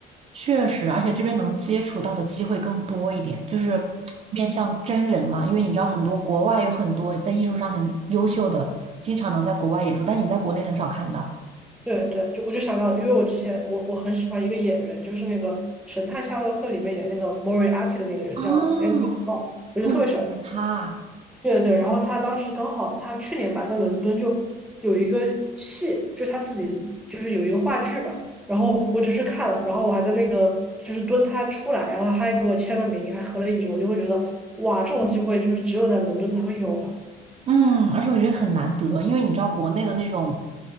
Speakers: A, on the right; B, in the centre.
A: 确实，而且这边能接触到的机会更多一点，就是 <tsk> 面向真人嘛，因为你知道很多国外有很多在艺术上很优秀的，经常能在国外演出，但你在国内很少看到。
B: 对对，就我就想到，因为我之前我我很喜欢一个演员，就是那个《神探夏洛克》里面演那个莫瑞阿蒂的那个人叫
A: 哦，
B: Andrew Scott，我就特别喜欢他。
A: 我就喜欢他，
B: 对对，然后他当时刚好他去年吧在伦敦就有一个戏，就是他自己就是有一个话剧吧，然后我就去看了，然后我还在那个就是蹲他出来，然后他还给我签了名，还合了影，我就会觉得哇，这种机会就是只有在伦敦才会有吧。
A: 嗯，而且我觉得很难得，因为你知道国内的那种